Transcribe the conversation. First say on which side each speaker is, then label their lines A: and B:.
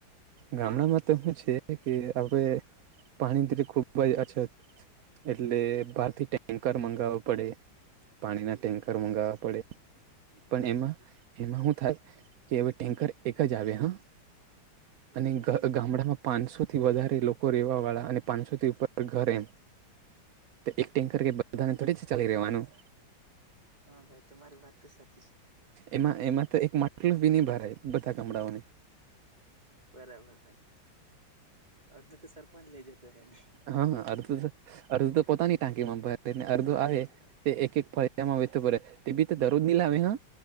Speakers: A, on the right (about 65°); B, on the right (about 20°).
A: ગામડામાં તો હુ છે કે હવે પાણીરી ખુબ જ અછત એટલે બારથી ટેન્કર મંગાવવા પડે પાણીના ટેન્કર મંગાવવા પડે પણ એમાં એમાં શું થાય કે હવે ટેન્કર એક જ આવે હા અને
B: હા હા
A: ગામડામાં પાંચસો થી વધારે લોકો રેવા વાળા અને પાંચસોથી ઉપર ઘરે એમ એક ટેન્કર કે બધાને થોડી જ ચાલી રહેવાનું
B: હા ભાઈ તમારી વાત તો સાચી છે
A: એમાં એમાં તો એક માટલ બી ન ભરાય બધા કામડાઓને
B: બરાબર ભાઈ અડધો તો સરપંચ લઈ જતો એને
A: હા અર્ધુ અર્ધુ તો પોતાની ટાંકી માં ભરે ને અર્ધુ આવે
B: બરાબર
A: તે એક એક ફરી તેમાં વતતો તે બી તો દરરોજ ની લાવે હા